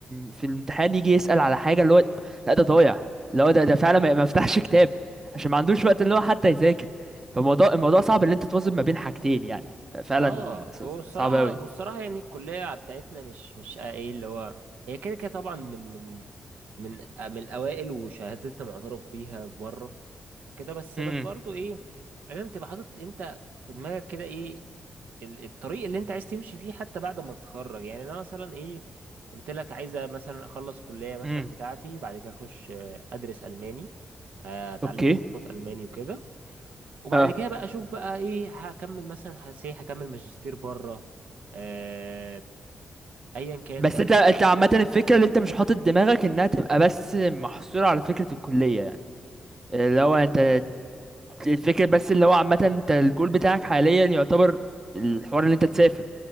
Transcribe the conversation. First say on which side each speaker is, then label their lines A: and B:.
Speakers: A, on the right; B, on the right.
A: في الامتحان يجي يسأل على حاجة اللي هو لا ده ضايع اللي هو ده ده فعلا ما ما فتحش كتاب عشان ما عندوش وقت اللي هو حتى يذاكر فالموضوع الموضوع صعب ان انت توازن ما بين حاجتين يعني فعلا
B: اه
A: ص-
B: والصراحه
A: صعب اوي
B: والصراحه يعني الكليه بتاعتنا مش مش ايه اللي هو هي كده كده طبعا من من من من الاوائل وشهادتنا معترف بيها بره وكده بس
A: امم
B: بس برضه ايه لازم تبقى حاطط انت في دماغك كده ايه ال- الطريق اللي انت عايز تمشي فيه حتى بعد ما تتخرج يعني انا مثلا ايه قلت لك عايزه مثلا اخلص كليه مثلا
A: امم
B: بتاعتي بعد كده اخش آه، ادرس الماني آه، اتعلم
A: اوكي
B: كورسات الماني وكده وبعد
A: اه
B: كده بقى اشوف بقى ايه هكمل مثلا هسي هكمل ماجستير بره آه ايا كان
A: بس
B: بقى
A: انت
B: المفروض
A: انت عامة الفكرة اللي انت مش حاطط دماغك انها تبقى بس محصورة على فكرة الكلية يعني اللي هو انت الفكرة بس اللي هو عامة انت الجول بتاعك حاليا يعتبر الحوار اللي انت تسافر